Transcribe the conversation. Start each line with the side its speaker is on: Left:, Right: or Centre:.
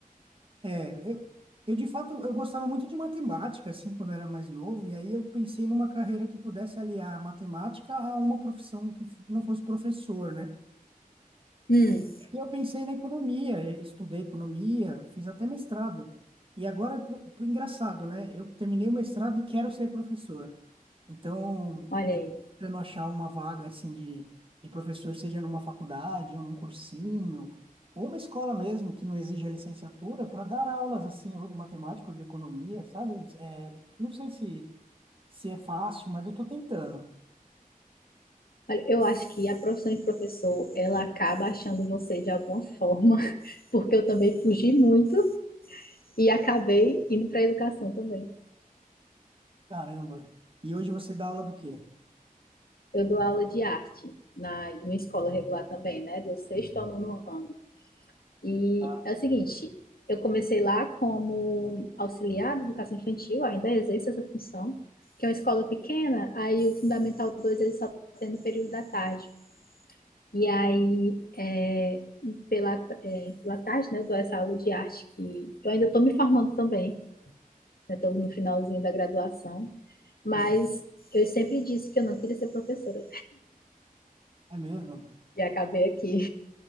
Right: É, eu, eu de fato eu gostava muito de matemática assim quando eu era mais novo e aí eu pensei numa carreira que pudesse aliar a matemática a uma profissão que, f- que não fosse professor, né?
Left: Hum,
Right: E eu pensei na economia, e estudei economia, fiz até mestrado. E agora, p- p- engraçado, né? Eu terminei o mestrado e quero ser professor. Então,
Left: olha
Right: eu
Left: aí.
Right: tendo achar uma vaga assim de, de professor, seja numa faculdade ou num cursinho, ou uma escola mesmo que não exija licenciatura, para dar aulas assim, ou de matemática ou de economia, sabe? É, não sei se, se é fácil, mas eu estou tentando.
Left: Olha, eu acho que a profissão de professor, ela acaba achando você de alguma forma, <laughs> porque eu também fugi muito e acabei indo para a educação também.
Right: Caramba. E hoje você dá aula do quê?
Left: Eu dou aula de arte na, numa escola regular também, né? Do sexto ao nono ano. E
Right: Ah,
Left: é o seguinte, eu comecei lá como auxiliar de educação infantil, ainda exerço essa função, que é uma escola pequena, aí o Fundamental 2 ele só tem no período da tarde. E aí, é, pela, é, pela tarde, né, eu dou essa aula de arte que eu ainda estou me formando também, né, estou no finalzinho da graduação, mas
Right: Uhum.
Left: eu sempre disse que eu não queria ser professora
Right: É mesmo?
Left: e acabei aqui.